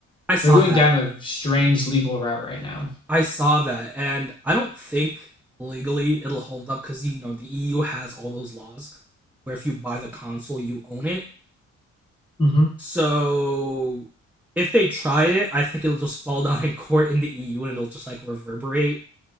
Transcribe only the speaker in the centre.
I saw
that.
I saw that, and I don't think legally it'll hold up because you know the EU has all those laws where if you buy the console, you own it.
So if they try it, I think it'll just fall <laughs> down in court in the EU and it'll just like reverberate